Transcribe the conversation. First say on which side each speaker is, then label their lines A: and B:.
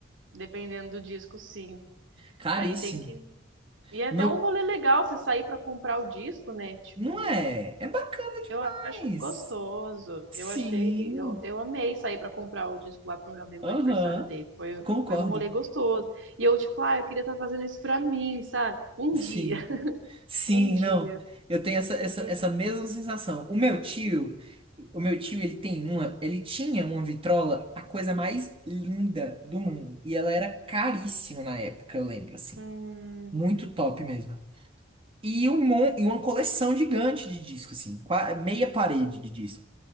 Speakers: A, on the right; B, on the right.
A: Dependendo do disco, sim.
B: Caríssimo.
A: Aí tem que. E é até
B: Meu,
A: um rolê legal você sair pra comprar o disco, né? Tipo.
B: não é? É bacana demais.
A: Eu acho gostoso.
B: Sim.
A: Eu achei, eu, eu amei sair pra comprar o disco lá pro meu amigo
B: Aham.
A: no aniversário dele. Foi,
B: Concordo.
A: foi um rolê gostoso. E eu, tipo, ah, eu queria estar fazendo isso pra mim, sabe? Um
B: Sim.
A: dia, <laughs>
B: Sim,
A: um dia.
B: não. Eu tenho essa, essa,
A: Porque,
B: essa mesma sensação. O meu tio, o meu tio, ele tem uma, ele tinha uma vitrola, a coisa mais linda do mundo. E ela era caríssima na época, eu lembro, assim.
A: hum,
B: Muito top mesmo. E, um, mon- e uma coleção gigante de disco, assim, qua- meia parede de disco.